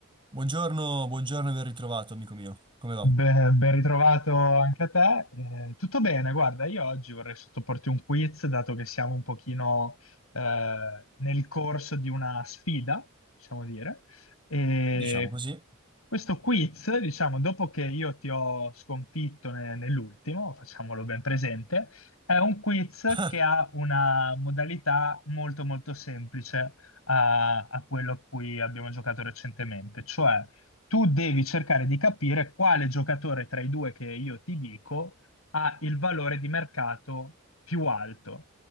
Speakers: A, on the right; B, on the left.
A: Buongiorno, buongiorno e ben ritrovato, amico mio. Come va?
B: Beh, ben ritrovato anche a te. Eh, tutto bene, guarda, io oggi vorrei sottoporti un quiz, dato che siamo un pochino eh, nel corso di una sfida, possiamo dire. E
A: Diciamo così.
B: questo quiz, diciamo, dopo che io ti ho sconfitto ne- nell'ultimo, facciamolo ben presente, è un quiz
A: <laughs>
B: che ha una modalità molto molto semplice a, a quello a cui abbiamo giocato recentemente, cioè tu devi cercare di capire quale giocatore tra i due che io ti dico ha il valore di mercato più alto.